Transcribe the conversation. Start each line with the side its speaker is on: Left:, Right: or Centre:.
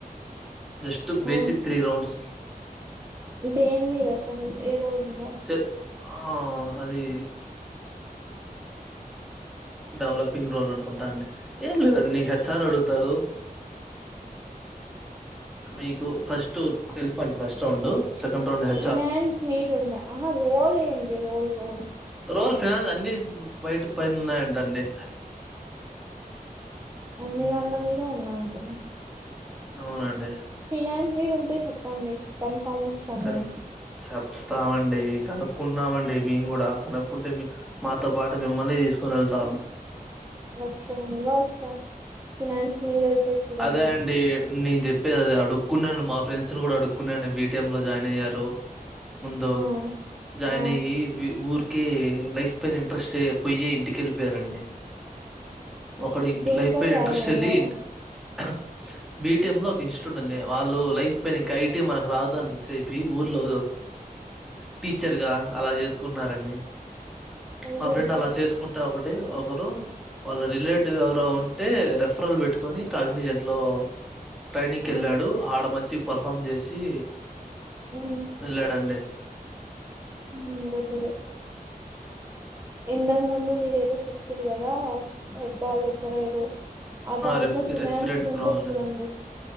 Centre: జస్ట్
Right: ఆ!
Centre: బేసిక్ త్రీ రౌండ్స్
Right: దేని మీద అసలు ఏ రోల్ మీద
Centre: స ఆ అది డెవలపింగ్ రోల్ అనుకుంటా అండి ఏం లేదే నీ హెచ్ ఆర్ అడుగుతారు మీకు ఫస్ట్ సెల్ఫ్ అంట ఫస్ట్ రౌండు సెండ్ రౌండ్ హె
Right: ఫినాన్స్ మీద ఉండా ఆహా రోల్ ఏంది రోల్ రోల్
Centre: రోల్ ఫినాన్స్ అన్నీ బయట పైన ఉన్నాయంట అండి
Right: అన్నీ
Centre: ఉమ్,
Right: దాన్ల మీద ఉన్నాయంటనా
Centre: అవునండి
Right: ఫినాన్స్ మీద ఉంటే చొప్పండి కన్ఫర్మ్ వస్తాను
Centre: క-
Right: నేను
Centre: చెప్తామండి కనుక్కుంటున్నామండి మేం కూడా కనుక్కుంటే మీ మాతో పాటు మిమ్మల్నీ తీసుకోని వెళ్తాం
Right: లక్షణంగా వస్తా ఫినాన్స్ మీద అయితే చూడండి
Centre: అదే అండి నేను చెప్పేది అదే అడుక్కున్నాను మా ఫ్రెండ్స్ ని కూడా అడుక్కున్నాను బీ టి ఎం లో జాయిన్ అయ్యారు ముందు
Right: ఆ
Centre: జాయిన్
Right: ఆ
Centre: అయ్యి ఊర్కే లైఫ్ పైన ఇంట్రెస్ట్ చే పోయ్యే ఇంటికెళ్ళిపోయారండి ఒకడు ఇంట్ల
Right: దేంట్లో
Centre: లైఫ్ పైన
Right: జాయిన్
Centre: ఇంట్రెస్ట్
Right: అయినారు
Centre: ఎళ్ళి ఇం <unintelligible> బి టి ఎం లో ఒక ఇన్స్టిట్యూట్ ఉంది వాళ్ళు లైఫ్ పైన ఇంకా ఐ టీ మనకు రాదు అని ఫిక్స్ అయిపోయి ఊర్లో టీచర్ గా అలా చేసుకుంటున్నారండి
Right: అయ్యయ్యో
Centre: మా ఫ్రెండ్ అలా చేసుకుంటే ఒకటి ఒకరు వాళ్ళ రిలేటివ్ ఎవరో టే రెఫరల్ పెట్టుకొని కాగ్నిజెంట్ లో ట్రైనింగ్ కెళ్ళాడు
Right: ఉమ్
Centre: ఆడ మంచి పర్ఫార్మ్ చేసి
Right: ఊ
Centre: వెళ్ళాడండి
Right: ఊ బట్ ఇది ఇంతకు ముందు మీరు ఏదో చెప్తిరి కదా హబ్బాళ్ళ్ దగ్గర ఏదో ఆ దాంట్లో
Centre: రె
Right: ఫినాన్స్
Centre: రెస్పిరెంట్
Right: ది
Centre: ప్రో
Right: ఉంటే
Centre: అని
Right: చూడండి